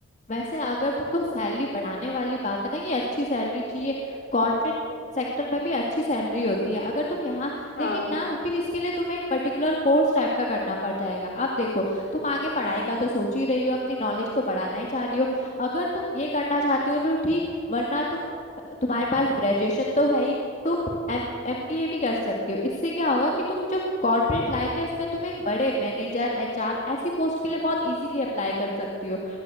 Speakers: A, on the left; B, on the left.
A: वैसे अगर तुमको सैलरी बढ़ाने वाली बात है ना कि अच्छी सैलरी चाहिए कॉर्पोरेट
B: हम्म,
A: सेक्टर में भी अच्छी सैलरी होती है अगर तुम यहाँ
B: हाँ
A: लेकिन ना फिर इसके लिए तुम्हें एक पर्टिकुलर कोर्स टाइप का करना पड़ जाएगा अब देखो तुम आगे पढ़ाई का तो सोच ही रही हो अपनी नॉलेज तो बढ़ाना ही चाह रही हो अगर तुम ये करना चाहती हो तो ठीक वरना तुम
B: हम्म।
A: तुम्हारे पास ग्रेजुएशन तो है ही तुम एम एमबीए भी कर सकती हो इससे क्या होगा कि तुम जो कॉर्पोरेट लाइफ है इसमें तुम एक बड़े मैनेजर एचआर ऐसी पोस्ट के लिए बहुत इजीली अप्लाई कर सकती हो